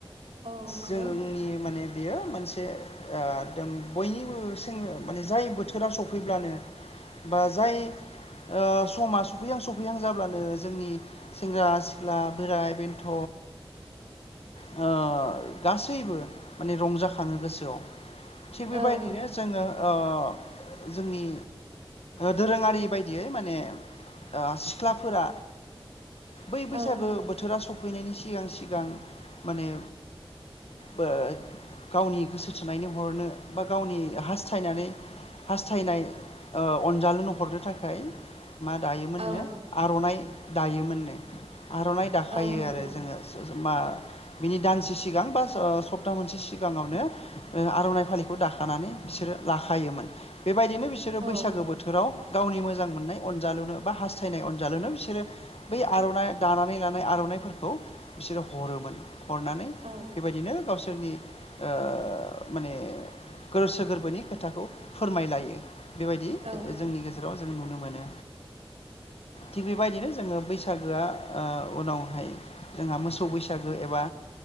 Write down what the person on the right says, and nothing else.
औ नंगौ
औ
औ
औ
औ नंगौ
औ
औ
औ